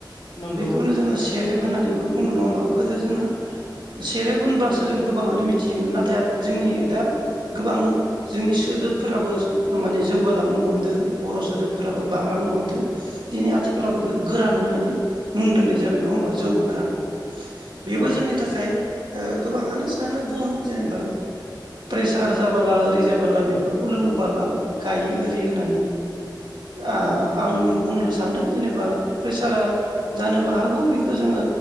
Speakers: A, on the left (about 80°); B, on the right (about 75°).
A: नंगौ
B: बेखौनो जोङो सेरेब होननानैबो बुङो नङा होमबा गोदो जोङो
A: औ
B: सेरेब होनबासो जों गोबाङानो मिथियोमोन नाथाय हा जोंनि दा गोबां जोंनि सोदोबफोराबो माने जौगालांनो हमदों बर' सोदोबफोराबो बांलां हो दिनै आथिखालाव बेखौ गोरान होननानै मुं दोननाय जाबाय नङा होमबा जौ गोरान। बेबो
A: औ
B: जोंनि थाखाय गोबाङानो सानो बुङो जेनेबा प्रेसार जाबोला ओरि जाबोला बेफोरखौ लोङोबोाला गायो ओरि होननानै आं बुंनो सानो सानो जेनेबा प्रेसारा जानोबो हागौ बेखौ जोङो